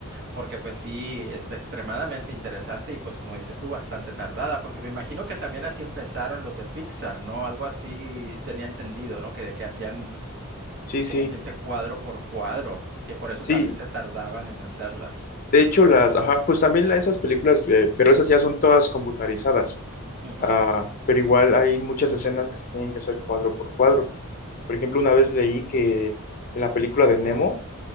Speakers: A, on the right; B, on the left.
A: porque pues sí, es extremadamente interesante y pues como dices tú, bastante tardada, porque me imagino que también así empezaron los de Pixar, ¿no? Algo así tenía entendido, ¿no? Que, que hacían
B: sí, sí,
A: como 15 cuadro por cuadro, que por eso
B: sí.
A: también se tardaban en hacerlas.
B: De hecho, las, ajá, pues también la- esas películas, eh, pero esas ya son todas computarizadas.
A: Ujú,
B: Ah, pero igual hay muchas escenas que se tienen que hacer cuadro por cuadro. Por ejemplo, una vez leí que en la película de Nemo,